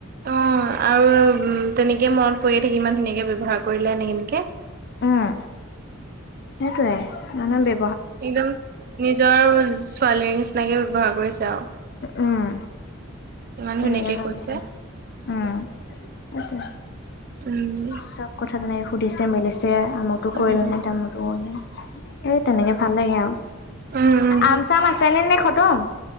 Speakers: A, on the right; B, on the left.
A: অ আৰু তেনেকে মনত পৰিয়ে থাকি ইমান ধুনীয়াকে ব্যৱহাৰ কৰিলে এনে এনেকে।
B: উম, সেইটোয়ে মানুহে বে
A: একদম নিজৰ ছোৱালীৰ নিচিনাকে ব্যৱহাৰ কৰিছে। আৰু।
B: উম,
A: ইমান
B: তেনেকে
A: ধুনীয়াকে
B: ভাল
A: কৈছে,
B: লাগে উম। সেইটোৱেই,
A: উম,
B: চব কথা তেনেকে সুধিছে মেলিছে যে আমুকটো
A: উম,
B: কৰিলেনে, তামুকটো কৰিলেনে, এই তেনেকে ভাল লাগে আৰু।
A: উম, উম।
B: আম চাম আছে নে নে খটম?